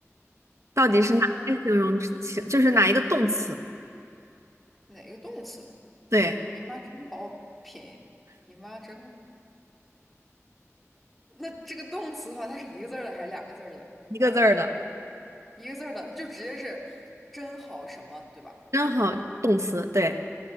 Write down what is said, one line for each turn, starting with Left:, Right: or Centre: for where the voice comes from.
Right: 到底是哪些形容词，
Centre: 你妈
Right: 就是哪一个动词，
Centre: 哪个动词？
Right: 对，
Centre: 你妈真好品，你妈真……那这个动词的话，它是一个字儿的还是两个字儿的？
Right: 一个字儿的，
Centre: 一个字儿的，那就直接是“真好什么”，对吧？
Right: 真好，动词，对，